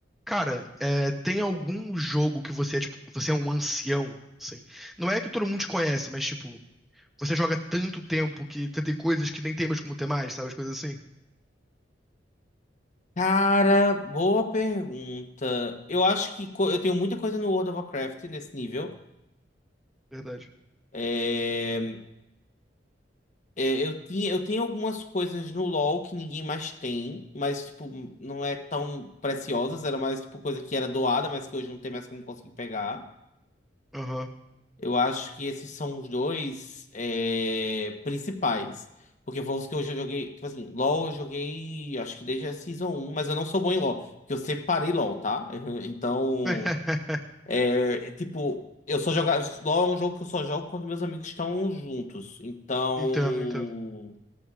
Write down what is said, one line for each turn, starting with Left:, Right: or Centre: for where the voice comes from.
Centre: Cara, é, tem algum jogo que você é, tipo, você é um ancião, assim? Não é que todo mundo te conhece, mas, tipo, você joga tanto tempo que você tem coisas que nem tem mais como ter mais, sabe? As coisas assim.
Left: Cara, boa pergunta. Eu acho que co- eu tenho muita coisa no World of Warcraft nesse nível.
Centre: Verdade.
Left: É, é, eu tinha, eu tenho algumas coisas no LoL que ninguém mais tem, mas tipo, não é tão preciosas, era mais tipo coisa que era doada, mas que hoje não tem mais como conseguir pegar.
Centre: Aham.
Left: Eu acho que esses são os dois é, principais. Porque foi os que eu já joguei, tipo assim, LoL eu joguei, acho que desde a Season um, mas eu não sou bom em LoL, porque eu separei LoL, tá? <laughs> Então.
Centre: <laughs>
Left: É, tipo, eu só jogava. LoL é um jogo que eu só jogo quando meus amigos estão juntos. Então,
Centre: Entendo, entendo.